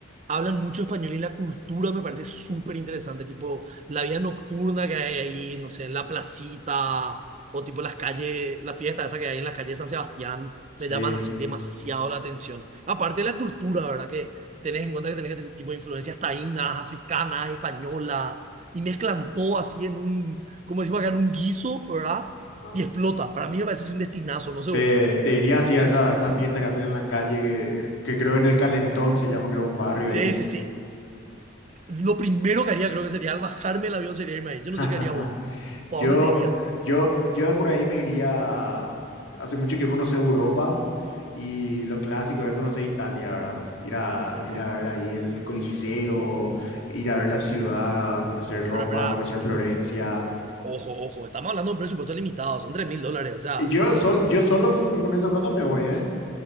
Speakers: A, on the right (about 35°); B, on the left (about 85°).
A: hablan mucho español y la cultura me parece súper interesante, tipo la vida nocturna que hay ahí, no sé, en la placita o tipo las calles, la fiesta esa que hay en las calles de San Sebastián,
B: Sí,
A: me llaman así demasiado la atención. Aparte de la cultura, ¿verdad? Que tenés en cuenta que tenés este tipo de influencias taínas, africanas, españolas, y mezclan todo así en un, como decimos acá, en un guiso, ¿verdad?
B: ajá.
A: Y explota. Para mí me parece así un destinazo, no sé
B: Te,
A: vos.
B: te irías así a esa, a esa fiesta que hacen en la calle, que, que creo en el Calentón se llama, creo, un barrio
A: Sí,
B: ahí.
A: sí, sí. Lo primero que haría creo que sería al bajarme el avión sería irme ahí. Yo
B: <laughs>
A: no sé qué haría vos. ¿O
B: Yo,
A: a dónde te irías?
B: yo, yo de por ahí me iría. Hace mucho que yo conocí Europa y lo clásico, yo conocí Italia, ¿verdad? Ir a,
A: Ok,
B: ir a ver ahí el Coliseo, ir a ver la ciudad, conocer Roma,
A: pero espera,
B: conocer Florencia.
A: ojo, ojo, estamos hablando de un presupuesto limitado, son 3 mil dólares, o sea,
B: Y yo, sol- yo solo con, con esa plata me voy, ¿eh?